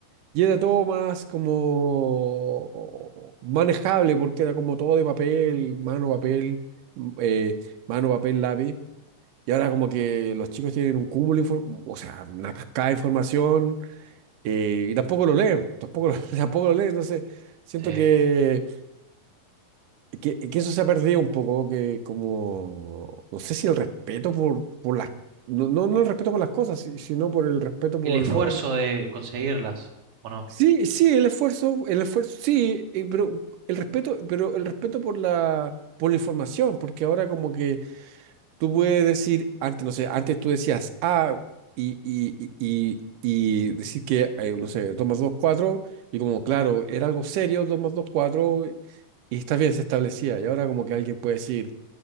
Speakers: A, on the right (about 75°); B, on the right (about 60°).
A: Y era todo más como manejable, porque era como todo de papel, mano, papel, m- eh, mano, papel, lápiz. Y ahora como que los chicos tienen un cúmulo, de infor- o sea, una cascada de información, eh, y tampoco lo leen, tampoco lo, <laughs> tampoco lo leen. Entonces, siento
B: Sí.
A: que, que, que eso se ha perdido un poco, que como, no sé si el respeto por, por las, no, no, no el respeto por las cosas, si- sino por el respeto por
B: El esfuerzo
A: los
B: de conseguirlas, ¿o no?
A: Sí, sí, el esfuerzo, el esfuerzo, sí, eh, pero el respeto, pero el respeto por la, por la información, porque ahora como que tú puedes decir, antes, no sé, antes tú decías ah, y, y, y, y- y decir que, eh, no sé, 2 más 2 4 y como, claro, era algo serio, 2 más 2 4 y está bien, se establecía, y ahora como que alguien puede decir